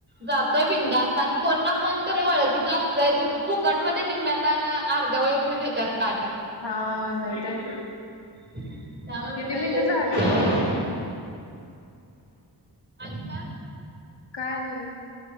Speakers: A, on the right; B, on the left.
A: जातोय बिंंदास आणि कोणना कोण तर वळकीच असतयच फुकट मध्ये निम्म्यात आन अर्ध्या वळी ते देतात ताट.
B: हां माहीतेय ते
A: त्याला
B: किती
A: मी काय
B: मिनिटं
A: लय
B: झाली
A: हे करत आणि काय
B: काय नाही.